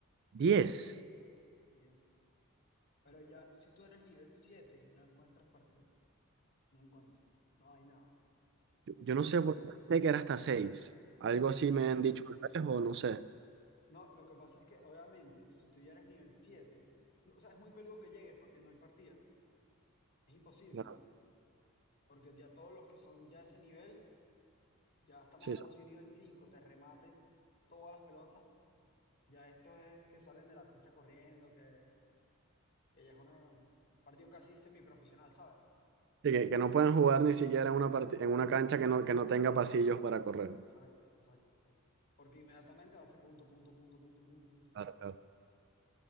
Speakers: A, on the right; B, on the left.
A: diez
B: diez. Pero ya, si tú eres nivel siete, no encuentras partido. No encuentras. No hay nada.
A: Yo,
B: No
A: yo
B: existe,
A: no sé
B: pues.
A: por qué pensé que era hasta seis Algo así
B: No,
A: me
B: no.
A: han dicho una vez o no sé.
B: No, lo que pasa es que, obviamente, si tú ya eres nivel siete, no, o sea, es muy peludo que llegues porque no hay partida. Es imposible,
A: Claro,
B: pues. Porque ya todos los que son ya ese nivel, ya estamos
A: sí,
B: hablando
A: eso.
B: si un nivel cinco te remata y todas las pelotas, ya estos es que salen de la pista corriendo, que, que ya es una- un partido casi semiprofesional, ¿sabes?
A: Sí, que, que no pueden jugar ni siquiera en una, parti- en una cancha que no, que no tenga pasillos para correr.
B: Exacto, exacto, exacto. Porque inmediatamente va a ser punto, punto, punto, punto, punto, punto.
A: Claro, claro.